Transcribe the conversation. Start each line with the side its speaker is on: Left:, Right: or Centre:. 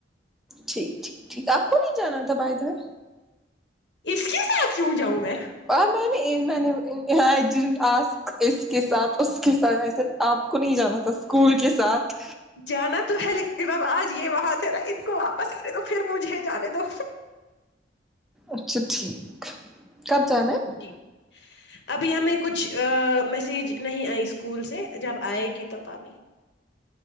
Centre: ٹھیک ٹھیک ٹھیک آپ کو نہیں جانا تھا بائی دا وے
Left: اس کے ساتھ کیوں جاؤں میں
Centre: آ میں نے میں نے ای دیڈنٹ آسک اس کے ساتھ اس کے ساتھ ایسے آپ کو نہیں جانا تھا اسکول کے ساتھ
Left: جانا تو ہے لیکن اب آج یہ وہاں تھے نا ان کو واپس آنے دو پھر مجھے جانے دو
Centre: اچھا ٹھیک کب جانا ہے
Left: جی ابھی ہمیں کچھ آآ میسج نہیں آئی اسکول سے جب آئے گی تو تبھی